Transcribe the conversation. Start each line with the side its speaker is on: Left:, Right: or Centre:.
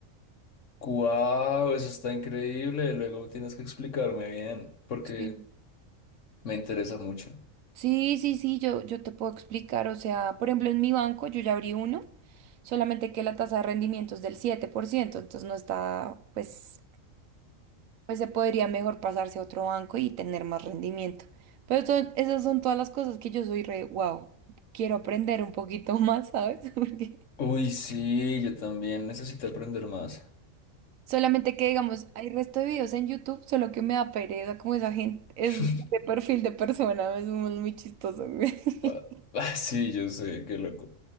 Left: Wow, eso está increíble. Luego tienes que explicarme bien, porque
Right: Sí.
Left: me interesa mucho.
Right: Sí, sí, sí, yo, yo te puedo explicar. O sea, por ejemplo, en mi banco yo ya abrí uno, solamente que la tasa de rendimiento es del 7%. entonces no está, pues, pues se podría mejor pasarse a otro banco y tener más rendimiento. Pero son- esas son todas las cosas que yo soy re, wow, quiero aprender un poquito más, ¿sabes? <laughs> Porque
Left: Uy, sí, yo también necesito aprender más.
Right: solamente que, digamos, hay resto de videos en YouTube, solo que me da pereza como esa gente, es
Left: <laughs>
Right: de perfil de persona, es muy muy chistoso, <laughs>
Left: Ah, ah, sí, yo sé, qué loco.